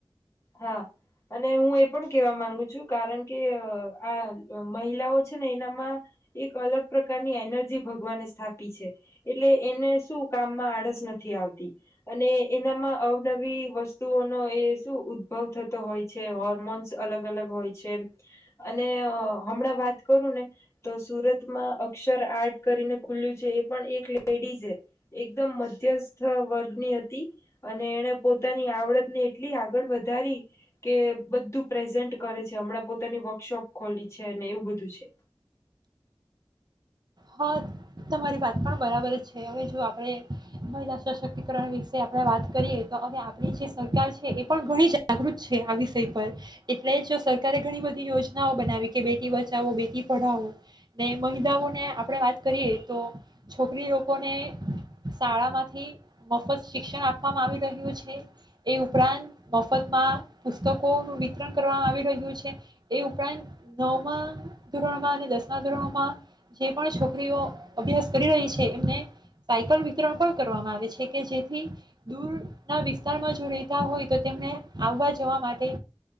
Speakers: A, on the left (about 30°); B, on the right (about 50°).
A: હા અને હું એ પણ કેવા માંગુ છું કારણ કે અ આ મહિલાઓ છે ને એનામાં એક અલગ પ્રકારની એનર્જી ભગવાને સ્થાપી છે. એટલે એને શું કામમાં આળસ ન નથી આવતી અને એનામાં અવનવી વસ્તુઓનો એ શું બહું થતો હોય છે. હોર્મોન્સ અલગ અલગ હોય છે. અને અ હમણાં વાત કરું ને તો સુરતમાં અક્ષર આર્ટ કરીને ખુલ્યું છે. એ પણ એક લેડીઝે એકદમ મધ્યસ્થ વર્ગની હતી. અને એણે પોતાની આવડત ને એટલી આગળ વધ વધારી કે બધ્ધું પ્રેઝન્ટ કરે છે. હમણાં પોતાની વર્કશોપ ખોલી છે અને એવું બધું છે.
B: હા, તમારી વાત પણ બરાબર જ છે. હવે જો આપણેે મહિલા સશક્તિકરણ વિશે આપણે વાત કરીએ તો અહયા આપણી જે સરકાર છે એ પણ ઘણી જાગૃત છે આ વિષય પર એટલે જ સરકારે ઘણી બધી યોજનાઓ બનાવી કે બેટી બચાવો બેટી પઢાવો ને મહિલાઓને આપ આપણે વાત કરીએ તો છોકરી લોકોને શાળામાંથી મફત શિક્ષણ આપવામાં આવી રહ્યું છે. એ ઉપરાંત મફતમાં પુસ્તકોનું વિતરણ કરવામાં આવી રહ્યું છે. એ ઉપરાંત નવમાં ધોરણમાં અને દસમા ધોરણોમાં જે પણ છોકરીઓ અભ્યાસ કરી રહી છે. એમને સાયકલ વિતરણ પણ કરવામાં આવે છે કે જેથી દૂર ના વિસ્ તાર બાજુ જો રેહતા હોય તો તેમને આવાજ જવા માટે